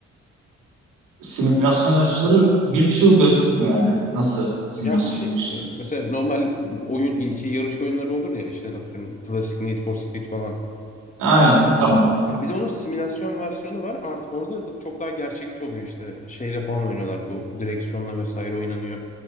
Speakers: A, on the right (about 85°); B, on the left (about 25°).
A: Simülasyon yarışları virtual gözükmüyor yani. Nasıl simülasyon
B: Ya bu şey
A: yarışları?
B: e, mesela normal oyun şey yarış oyunları olur ya işte atıyorum klasik Need for Speed falan.
A: Aynen tamam.
B: E, bir de onun simülasyon versiyonu var. Artık orada da çok daha gerçekçi oluyor işte şeyle falan oynuyorlar bu direksiyonla vesaire oynanıyor.